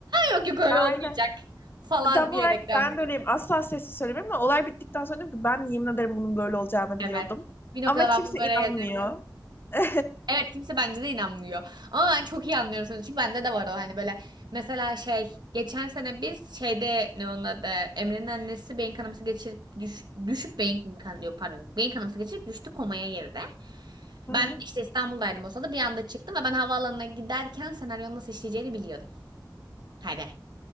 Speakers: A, on the right (about 70°); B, on the left (about 30°).
A: Yok yok öyle
B: Aynen.
A: olmayacak falan
B: Tam
A: diyerek
B: olarak
A: devam
B: ben de öyleyim. Asla sessiz söylemem ama olay bittikten sonra dedim ki ben yemin ederim bunun böyle olacağını biliyordum.
A: Evet. Bir noktada
B: Ama kimse
A: ben bunu böyle
B: inanmıyor.
A: gelemiyorum.
B: <laughs>
A: Evet kimse bence de inanmıyor. Ama ben çok iyi anlıyorum seni. Çünkü bende de var o hani böyle. Mesela şey geçen sene biz şeyde ne onun adı Emre'nin annesi beyin kanaması geçirip düş, düşüp beyin kan yok pardon beyin kanaması geçirip düştü komaya girdi.
B: Hı
A: Ben
B: hı.
A: işte İstanbul'daydım o sırada bir anda çıktım ve ben havaalanına giderken senaryonun nasıl işleyeceğini biliyordum. Hadi.